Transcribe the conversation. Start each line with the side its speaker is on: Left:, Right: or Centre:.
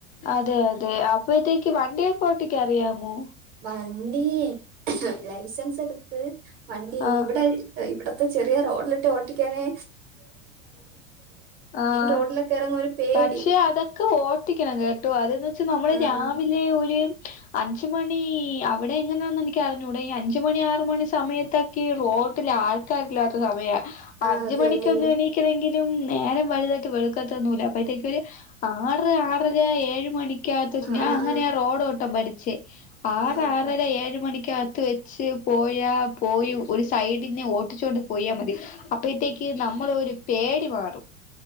Left: അതെ അതെ അപ്പഴത്തേക്ക് വണ്ടിയൊഒക്കെ ഓട്ടിക്കാറിയാമോ
Right: വണ്ടി ലൈസൻസ് എടുത്ത് വണ്ടി
Left: ആ
Right: ഇവിടെ ഇവിടുത്തെ ചെറിയ റോഡിലിട്ട് ഓട്ടിക്കാന്
Left: ആഹ്
Right: റോഡിലൊക്കെ ഇറങ്ങുമ്പോ ഒരു പേടി
Left: പക്ഷേ അതൊക്കെ ഓട്ടിക്കണം കെ ട്ടോ അതന്ന് വെച്ചാ നമ്മള്
Right: ആ
Left: രാവിലെ
Right: ആ
Left: ഒര് അഞ്ച് മണി അവിടെ എങ്ങനാണെന്ന് എനക്ക് അറിഞ്ഞൂട ഈ അഞ്ച് മണി ആറ് മണി സമയത് ത്തെക്ക്‌ റോട്ടിൽ ആൾക്കാർ ഇല്ലാത്ത സമയ
Right: ആ
Left: അഞ്ച്
Right: അതെല്ലേ
Left: മണിക്ക് എണീ ണെങ്കിലും നേരം വലുതായിട്ട് വെളക്കത്തൊന്നുല്ല അപ്പഴത്തേക്ക ഒര് ആറ് ആറര ഏഴ് മണിക്ക ആകത്ത്ച്ച
Right: ആ
Left: ഞാൻ
Right: ആ
Left: അങ്ങനെ
Right: ആ
Left: റോഡോട്ടം പഠിചെ ആറ്
Right: ആ ആ
Left: ആറര
Right: ആ
Left: ഏഴ് മണിക്കകത്ത് വെച്ച് പോയാ പോയി ഒരു സൈഡ് പിന്നെ ഓട്ടിച്ചോണ്ട് പോയാൽ മതി അപ്പോഴത്തേക്ക് നമ്മളരു പേടി മാറും